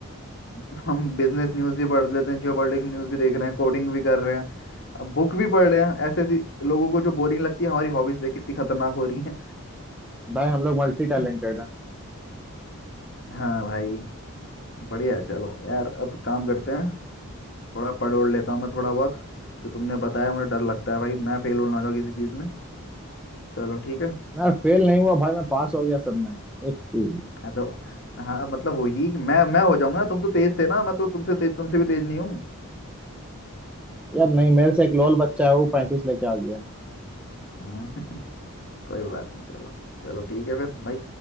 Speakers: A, on the left; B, in the centre.
A: <laughs> हम बिजनेस न्यूज भी पढ़ लेते हैं जियोपॉलिटिक्स न्यूज भी देख रहे हैं कोडिंग भी कर रहे हैं बुक भी पढ़ रहे हैं ऐसे ऐसी लोगों को जो बोरिंग लगती है हमारी हॉबीज देख कितनी खतरनाक हो रही है
B: भाई हम लोग मल्टी टैलेंटेड
A: <laughs>
B: है
A: हाँ भाई बढ़िया है चलो यार अब काम करते हैं थोड़ा पढ़ ओढ़ लेता हूँ मैं थोड़ा बहुत जो तुमने बताया मुझे डर लगता है भाई मैं फेल हो ना हो जाऊँ किसी चीज़ में चलो ठीक है
B: मैं फेल नहीं हुआ भाई मैं पास हो गया सब में एक-
A: हाँ तो हाँ मतलब वही कि मैं मैं हो जाऊंगा ना तुम तो तेज थे ना मैं तो तुमसे तेज तुमसे भी तेज नहीं हूँ
B: यार नहीं मेरे से एक लोल बच्चा है वो पैंतीस लेके आ गया
A: हम्म, <laughs> कोई बात नहीं चलो चलो ठीक है फिर भाई